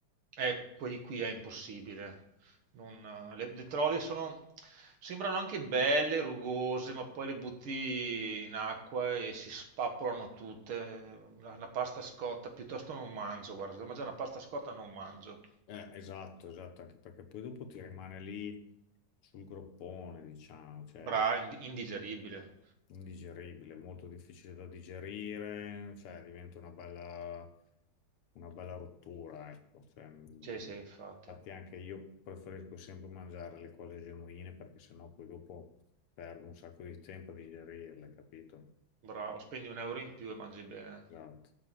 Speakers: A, on the right; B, on the left.
A: eh, qui, qui è impossibile. Non- eh, le, le trovi sono, sembrano anche belle, rugose, ma poi le butti in acqua e si spappolano tutte. Eh, La, la pasta scotta piuttosto non mangio, guarda, se devo mangiare una pasta scotta non mangio.
B: Eh, esatto, esatto, anche perché poi dopo ti rimane lì sul groppone, diciamo, cioè
A: Bra,
B: è
A: ind- indigeribile.
B: Indigeribile, molto difficile da digerire, cioè diventa una bella, una bella rottura, ecco. cioè, mh,
A: Sì, sì, infatti.
B: infatti anche io preferisco sempre mangiare le cose genuine perché sennò poi dopo perdo un sacco di tempo a digerirle, capito?
A: Bravo, spendi un euro in più e mangi bene.
B: Esatto.